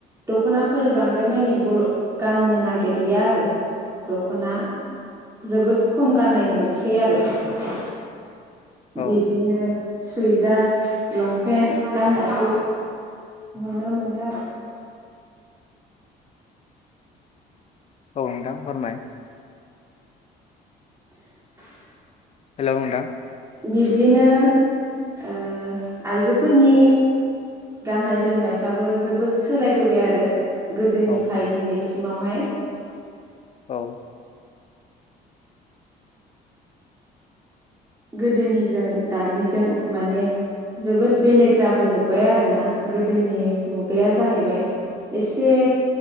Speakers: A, on the right (about 15°); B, on the left (about 40°).
A: दख'नाफोर बांद्राय मानि बर गाननो नागिरलिया आरो दख'ना जोबोद खम गाननाय नुसै आरो <inaudible>
B: औ
A: बिदिनो सुवइजार लंपेन्ट गाननायखौ नुनो मोनो आरो
B: औ नोंथां फोरमाय
A: <inaudible>
B: हेल' नोंथां
A: बिब्दिनो ओ आइजोफोरनि गाननाय जोमनायफ्राबो जोबोद सोलायबोबाय आरो गोदोनिफ्राय
B: औ
A: दिनै सिमावहाय
B: औ
A: गोदोनिजों दानिजों माने जोबोद बेलेग जाबोजोब्बाय आरोना गोदोनि मुगाया जाहैबाय एसे